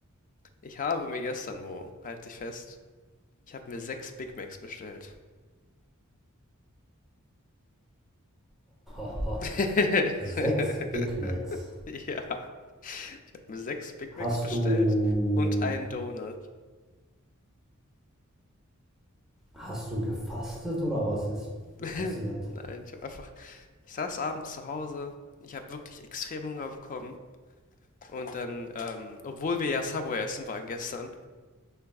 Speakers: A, on the left; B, in the centre.
A: Ich habe mir gestern, Mo, halt dich fest, ich habe mir sechs Big Macs bestellt.
B: <laughs>
A: <laughs>
B: Sechs Big Macs.
A: Ja. Ich habe mir 6 Big Macs
B: Hast
A: bestellt
B: du
A: und einen Donut.
B: Hast du gefastet oder was ist
A: <laughs>
B: passiert?
A: Nein, ich habe einfach ich saß abends zu Hause, ich habe wirklich extrem Hunger bekommen und dann, ähm, obwohl wir ja Subway essen waren gestern